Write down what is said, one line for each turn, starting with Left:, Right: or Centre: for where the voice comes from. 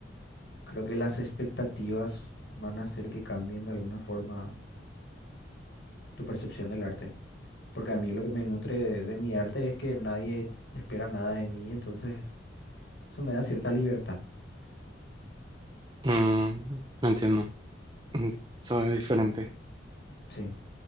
Left: creo que las expectativas van a hacer que cambien de alguna forma tu percepción del arte. Porque a mí lo que me nutre de, de mi arte es que nadie espera nada de mí, entonces eso me da cierta libertad.
Right: Mm, entiendo. Mm, Eso es diferente.
Left: Sí.